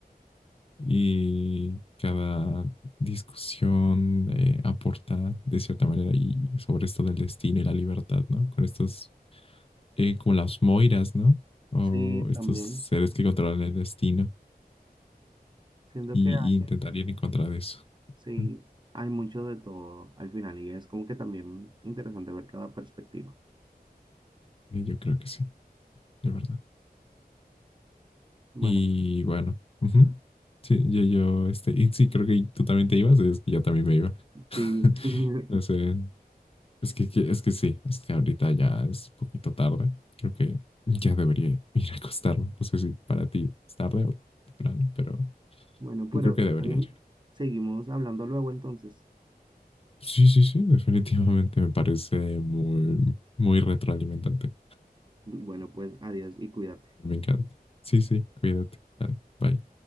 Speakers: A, on the left; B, on the right.
A: Y cada discusión eh, aporta de cierta manera y sobre esto del destino y la libertad, ¿no? Con estos, eh, como las moiras, ¿no? O
B: Sí,
A: estos
B: también.
A: seres que controlan el destino
B: Siento
A: y,
B: que hay,
A: y intentar ir en contra de eso.
B: Sí,
A: Ujú.
B: hay mucho de todo al final y es como que también interesante ver cada perspectiva.
A: Eh, yo creo que sí, de verdad.
B: Bueno,
A: Y bueno, ujú.
B: <laughs>
A: Sí, yo, yo, este, y sí, creo que tú también te ibas, es que yo también me iba. <laughs>
B: sí. <laughs>
A: No sé, es que, que- es que sí, es que ahorita ya es poquito tarde. Creo que ya debería ir a acostarme. No sé si para ti es tarde o temprano, pero
B: Bueno, pero
A: yo creo que
B: está
A: debería
B: bien.
A: ir.
B: seguimos hablando luego entonces.
A: Sí, sí, sí, definitivamente me parece muy, muy retroalimentante.
B: Bueno, pues adiós y cuídate.
A: Me encanta. Sí, sí, cuídate. Dale, bye.